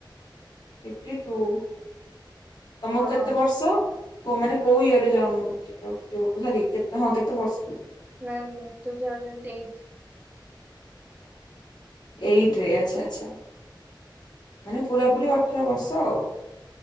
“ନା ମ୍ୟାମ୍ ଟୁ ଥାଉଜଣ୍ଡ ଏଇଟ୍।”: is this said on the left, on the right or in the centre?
Right